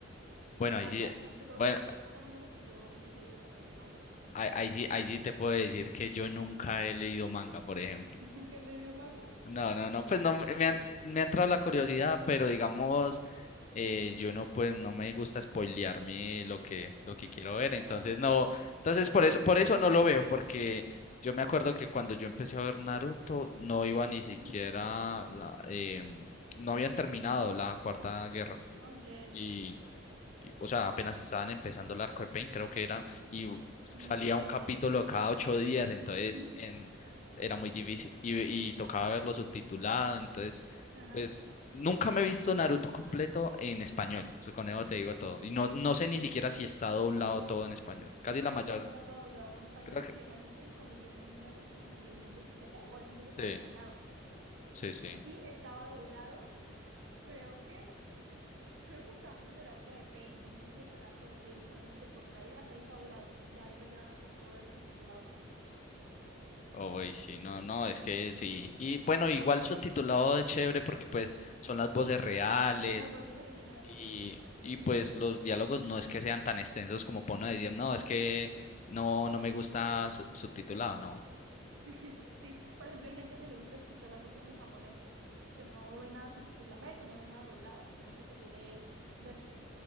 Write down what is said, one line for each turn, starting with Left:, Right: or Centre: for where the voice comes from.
Left: Bueno,
Right: el
Left: ahí
Right: manga.
Left: sí.
Right: Yo creo
Left: Bueno,
Right: que es de los pocos animes que yo me he leído también el manga.
Left: ahí, ahí sí, ahí sí te puedo decir que yo nunca he leído manga, por ejemplo.
Right: ¿Nunca he leído manga?
Left: No, no, no, pues no, me han, me ha entrado la curiosidad, pero digamos, eh, yo no, pues no me gusta spoilearme lo que, lo que
Right: <laughs>
Left: quiero ver, entonces no, entonces por eso, por eso no lo veo, porque yo me acuerdo que cuando yo empecé a ver Naruto, no iba ni siquiera,
Right: Ujú,
Left: la, em, no habían terminado la Cuarta Guerra.
Right: Ok.
Left: Y y, o sea, apenas estaban empezando el arco de Pain, creo que era, y
Right: Mm,
Left: salía un capítulo cada ocho días, entonces
Right: <laughs> mm,
Left: en, era muy difícil y, y tocaba verlo subtitulado, entonces,
Right: Ajá.
Left: pues nunca me he visto Naruto completo en español, eso con eso te digo todo, y no, no sé ni siquiera si está doblado todo en español, casi
Right: Creo
Left: la mayor,
Right: que no está todo doblado en español
Left: creo
Right: porque
Left: que
Right: imagínate que cuando yo me vi Naruto en el 2017, obviamente ya estaba
Left: sí,
Right: terminado
Left: sí, sí.
Right: y estaba doblado, creo que creo que hasta antes del arco de Pain o no sé si hasta el arco de Pain, está como que por ahí hasta ahí está doblado. Ya ahí para allá toca verlo subtitulado.
Left: Oh, y sí, no, no, es que sí. Y bueno, igual subtitulado es chévere porque pues son las voces reales,
Right: Son las voces originales,
Left: Y,
Right: sí.
Left: y pues los diálogos no es que sean tan extensos como para uno decir, no, es que no, no me gusta su- subtitulado, no.
Right: <laughs> Sí, por ejemplo, hay gente que le gusta escuchar las voces en japonés, que no ve nada subtitulado, ve que no ve nada doblado, sino que prefiere ver